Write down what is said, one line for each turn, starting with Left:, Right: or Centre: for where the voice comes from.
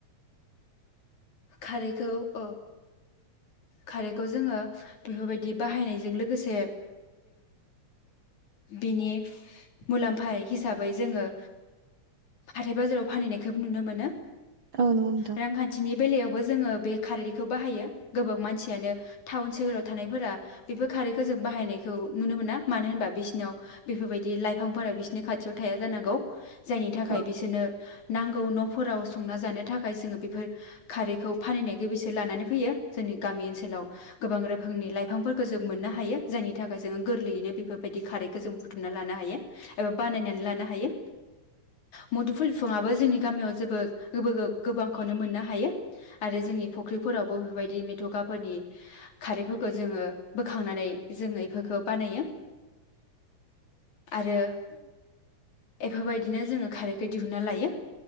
Left: खारैखौ अ खारैखौ जोङो, बेफोरबायदि बाहायनायजों लोगोसे, बिनि मुलाम्फा हिसाबै जोङो हाथाय बाजाराव फानहैनायखौ नुनो मोनो।
Right: औ नंगौ नोंथां
Left: रांखान्थिनि बेलायाव बो जोङो बे खारैखौ बाहायो। गोबां मानसियानो टाउन सोहोराव। थानायफोरा बेफोर खारैखौ जों बाहायनायखौ नुनो मोना? मानो होनबा बिसिनाव बेफोरबायदि लाइफ बिफांफोरा बिसोरनि खाथियाव थाया जानांगौ। जायनि थाखाय
Right: औ
Left: बिसोरनो। नांगौ न'फोराव संना जानो थाखाय जोङो बेफोर, खारैखौ फानहनाय गोबसोर लानानै फैयो। जोंनि गामि ओनसोलाव, गोबां रोखोमनि लाइफांफोरखौ जों मोननो हायो। जायनि थाखाय जोङो गोरलैयैनो बेफोरबायदि खारैखौ जों बुथुमना लानो हायो। एबा बानायनानै लानो हायो। मुदुफुल बिफाङआो जोंनि गामियाव जेबो गोबांखौनो मोननो हायो। आरो जोंनि फुख्रिफोरावबो बेबायदि। बिदि मेथ'खाफोरनि खारैफोरखौ जोङो बोखांनानै जोङो बेफोरखौ बानायो। आरो। एफोरबायदिनो जोङो खारैखौ दिहुनना लायो।